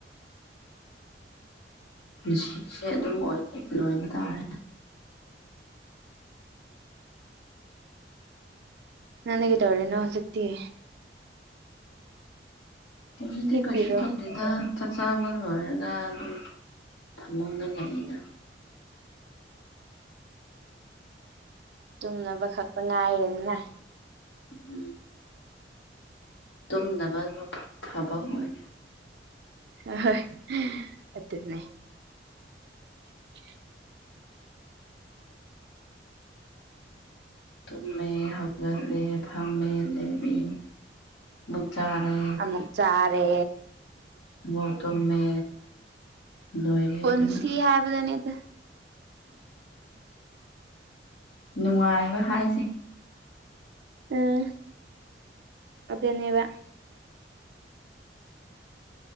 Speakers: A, on the left (about 80°); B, on the right (about 65°).
A: ꯄꯨꯟꯁꯤꯁꯦ ꯑꯗꯨꯝ ꯑꯣꯏ ꯂꯣꯏꯕ ꯇꯥꯔꯦ
B: ꯅꯪꯗꯤ ꯀꯩꯗꯧꯔꯤꯅꯣ ꯍꯧꯖꯤꯛꯇꯤ
A: ꯍꯧꯖꯤꯛꯇꯤ
B: ꯍꯤꯞꯄꯤꯔꯣ
A: ꯀꯩꯁꯨ ꯇꯧꯗꯦ ꯗꯦꯗ ꯆꯥꯛ ꯆꯥꯕ ꯂꯣꯏꯔꯒ ꯑꯗꯨꯝ ꯊꯝꯃꯨꯡꯗ ꯂꯩꯗ
B: ꯇꯨꯝꯅꯕ ꯈꯛꯇ ꯉꯥꯏꯔꯦꯗꯅ
A: ꯎꯝ ꯇꯨꯝꯅꯕ ꯃ ꯊꯕꯛ ꯑꯣꯏꯔꯦ
B: ꯑꯍꯣꯏ ꯑꯗꯨꯅꯦ <inaudible>
A: ꯇꯨꯝꯃꯦ ꯍꯧꯒꯠꯂꯦ ꯐꯝꯃꯦ ꯂꯦꯃꯤ ꯃꯨꯛ ꯆꯥꯔꯦ
B: ꯃꯨꯛ ꯆꯥꯔꯦ
A: ꯃꯣꯛ ꯇꯨꯝꯃꯦ ꯂꯣꯏꯔꯦ
B: ꯄꯨꯟꯁꯤ
A: ꯑꯗꯨꯅ
B: ꯍꯥꯏꯕꯗꯨꯅꯤ ꯑꯗꯨ
A: ꯅꯨꯡꯉꯥꯏꯕ ꯍꯥꯏꯁꯦ
B: ꯑ ꯑꯗꯅꯦꯕ